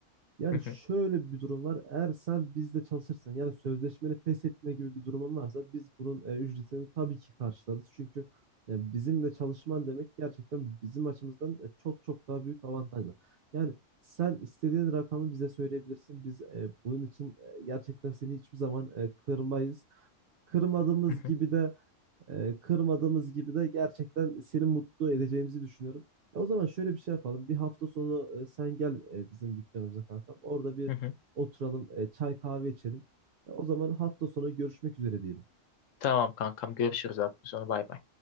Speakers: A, on the right; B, on the left.
A: Yani
B: Hı hı,
A: şöyle bir durum var. Eğer sen bizde çalışırsan yani sözleşmeli pes etme gibi bir durumun varsa biz bunun e, ücretini tabii ki karşılarız. Çünkü e, bizimle çalışman demek gerçekten bizim açımızdan e, çok çok daha büyük avantajlar. Yani sen istediğin rakamı bize söyleyebilirsin. Biz e, bunun için e, gerçekten seni hiçbir zaman e, kırmayız. Kırmadığımız
B: hı
A: gibi
B: hı,
A: de e, kırmadığımız gibi de gerçekten seni mutlu edeceğimizi düşünüyorum. Ya o zaman şöyle bir şey yapalım. Bir hafta sonu e, sen gel e, bizim dükkanımıza kankam. Orada bir
B: hı hı.
A: oturalım, e, çay kahve içelim. E, o zaman hafta sonu görüşmek üzere diyelim.
B: Tamam kankam görüşürüz hafta sonu bay bay.